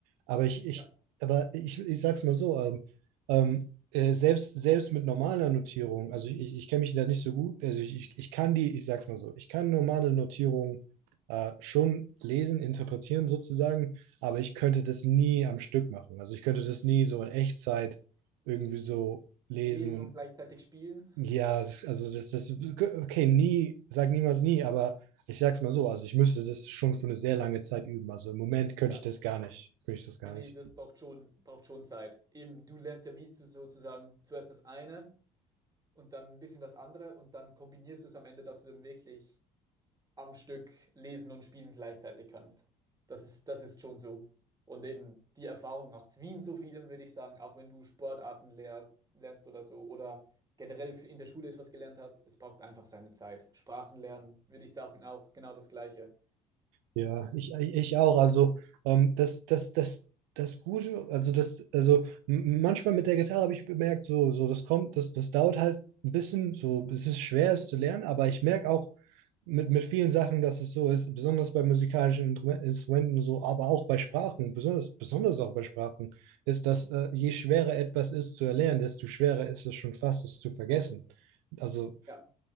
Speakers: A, on the right; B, on the right.
A: Aber ich, ich,
B: Ja.
A: aber ich, ich sag's mal so, ähm, ähm, äh, selbst, selbst mit normaler Notierung, also ich, ich kenne mich da nicht so gut, also ich, ich, ich kann die, ich sag's mal so, ich kann normale Notierung äh, schon lesen, interpretieren sozusagen, aber ich könnte das nie am Stück machen. Also ich könnte das nie so in Echtzeit irgendwie so lesen
B: Lesen und gleichzeitig spielen.
A: ja, das, also das, das, okay, nie, sag niemals nie, aber ich sag's mal so, also ich müsste das schon für eine sehr lange Zeit üben. Also im Moment könnte
B: Ja,
A: ich das gar nicht. Könnte ich das gar
B: nee, nee,
A: nicht.
B: das braucht schon, braucht schon Zeit. Eben, du lernst ja wie zu, sozusagen zuerst das eine und dann ein bisschen das andere und dann kombinierst du es am Ende, dass du dann wirklich am Stück lesen und spielen gleichzeitig kannst. Das ist, das ist schon so. Und eben die Erfahrung macht es. Wie in so vielem, würde ich sagen, auch wenn du Sportarten lernst, lernst oder so oder generell in der Schule etwas gelernt hast, es braucht einfach seine Zeit. Sprachen lernen, würde ich sagen, auch genau das Gleiche.
A: Ja, ich, ich auch. Also ähm, das, das, das, das Gute, also das, also m- manchmal mit der Gitarre habe ich bemerkt, so, so das kommt, das, das dauert halt ein bisschen, so, es ist schwer, es zu lernen, aber ich merke auch, mit, mit vielen Sachen, dass es so ist, besonders bei musikalischen Instrumenten so, aber auch bei Sprachen, besonders, besonders auch bei Sprachen, ist, dass äh, je schwerer etwas ist zu erlernen, desto schwerer ist es schon fast, es zu vergessen. Also
B: Ja,